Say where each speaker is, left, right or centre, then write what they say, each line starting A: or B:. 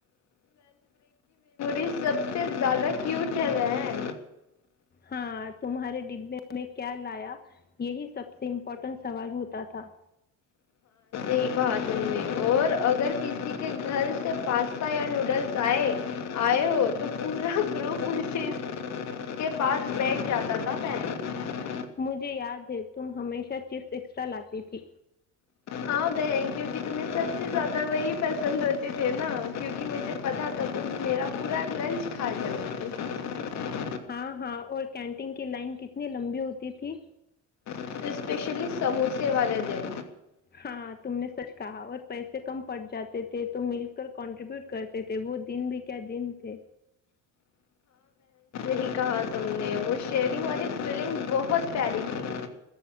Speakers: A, on the left (about 65°); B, on the left (about 35°).
A: یہ سب سے زیادہ کیوٹ ہے ہے
B: ہاں تمہارے ڈبے میں کیا لایا یہی سب سے امپورٹنٹ سوال ہوتا تھا
A: نہیں کہا تم نے اور اگر کسی کے گھر سے پاستا یا نوڈلس آئے آئے ہو تو پورا گروپ اسی کے پاس بیٹھ جاتا تھا پین
B: مجھے یاد تھے تم ہمیشہ چپس ایکسٹرا لاتی تھی
A: ہاں بہن کیونکہ تمہیں سب سے زیادہ وہی پسند ہوتے تھے نا کیونکہ مجھے پتا تھا تو میرا پورا لنچ کھا جا
B: ہاں ہاں اور کینٹین کی لائن کتنی لمبی ہوتی تھی
A: تو اسپیشلی سموسے والے دن
B: ہاں تم نے سچ کہا اور پیسے کم پٹ جاتے تھے تو مل کر کنٹریبیوٹ کرتے تھے وہ دن بھی کیا دن تھے
A: ہی کہا تم نے وہ شیونگ والی فیلنگ بہت پیاری تھی